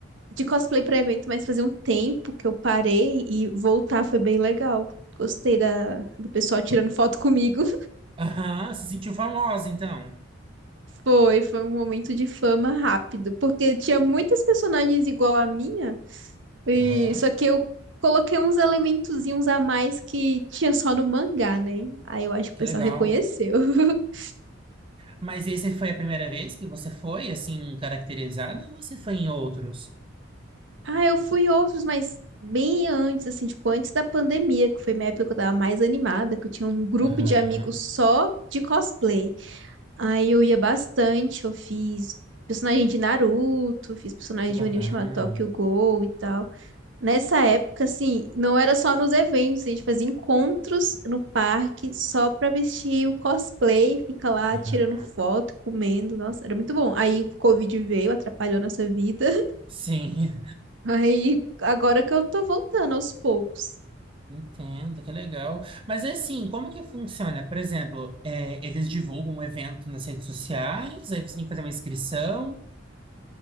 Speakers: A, on the right; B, on the right.
A: de cosplay pra evento, mas fazia um tempo que eu parei e voltar foi bem legal. Gostei da, do pessoal tirando foto comigo. <laughs>
B: <laughs> Aham, se sentiu famosa, então.
A: Foi, foi um momento de fama rápido, porque tinha muitas personagens igual a minha. E,
B: Aham,
A: só que eu coloquei uns elementozinhos a mais que tinha só no mangá, né? Aí eu acho que
B: que
A: o pessoal
B: legal.
A: reconheceu. <laughs>
B: Mas esse foi a primeira vez que você foi, assim, caracterizada ou você foi em outros?
A: Ah, eu fui em outros, mas bem antes, assim, tipo, antes da pandemia, que foi minha época que eu tava mais animada, que eu tinha um grupo
B: Aham,
A: de amigos só de cosplay. Aí eu ia bastante, eu fiz personagem de Naruto, fiz personagem
B: que
A: de
B: bacana.
A: um anime chamado Tokyo Ghoul e tal. Nessa época, assim, não era só nos eventos, a gente fazia encontros no parque só pra vestir o cosplay, fica lá
B: Aham,
A: tirando foto, comendo, nossa, era muito bom. Aí o Covid veio, atrapalhou nossa vida. <laughs>
B: sim.
A: Aí agora que eu tô voltando aos poucos.
B: Entendo, que legal. Mas é assim, como que funciona? Por exemplo, é, eles divulgam o evento nas redes sociais, aí você tem que fazer uma inscrição.